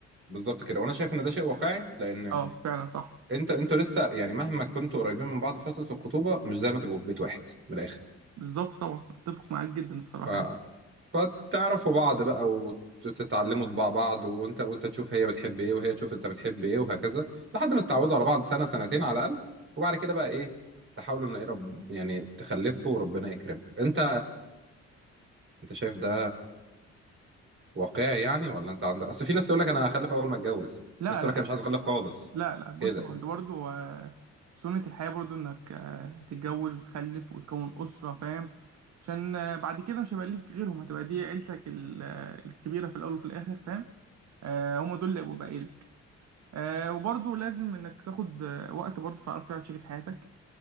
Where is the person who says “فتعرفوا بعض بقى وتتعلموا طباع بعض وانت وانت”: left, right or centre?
Right